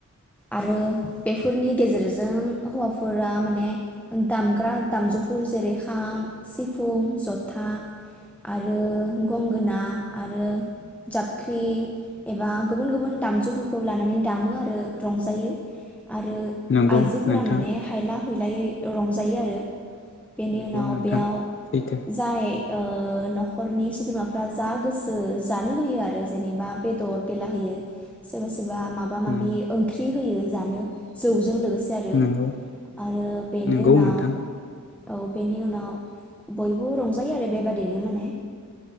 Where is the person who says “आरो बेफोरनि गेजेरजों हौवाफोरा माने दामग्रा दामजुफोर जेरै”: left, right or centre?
Centre